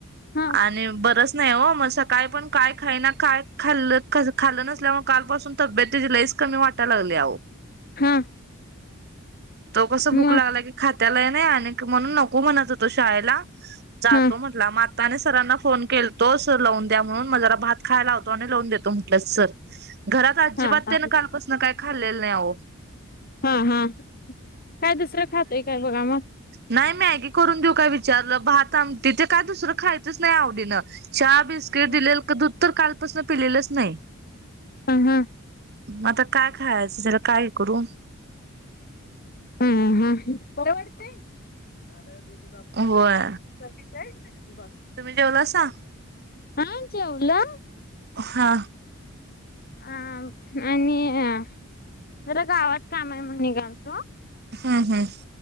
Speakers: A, on the left; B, on the right.
A: ह.
B: आणि, बरच नाही हो मस्ं सकाळ पण काय खायना कायच. खाल्लं खाज खाल्लं नसल्यामुळे कालपासून तब्येतची लईस कमी वाटायला लागली या आओ.
A: हा.
B: तो कस,
A: मग
B: भूक लागला की खात्यालाही आण नको म्हणत होतो. शाळेला जातो
A: हा
B: म्हटला!. माताने सरांना फोन केला. तो सर लावून द्या म्हणून म जरा भात खायला लावतो आणि लावून देतो म्हटलं सर. घरात अजिबात
A: हा हा
B: त्यान कालपासन काय खाल्लेलं नाय अहो.
A: हां हां, काय दुसरं खातं य काय बघा मग.
B: नाय मॅगी करून देऊ काय विचारलं भात आमटी ते काय दुसरं खायचंच नाही आवडीनं. चहा, बिस्किट,
A: हा
B: दिलेलं क दूध तर कालपासन पिलेलंच नाही.
A: हं हं.
B: आता काय खायचं त्याला काय करू.
A: हम् हम बर वाटतंय. <unintelligible>
B: होय तुम्ही जेवलासा
A: हा, जेवला.
B: हा.
A: अ, आणि अ जरा गावात काम ए म्हणून निगालतो.
B: हम् हम्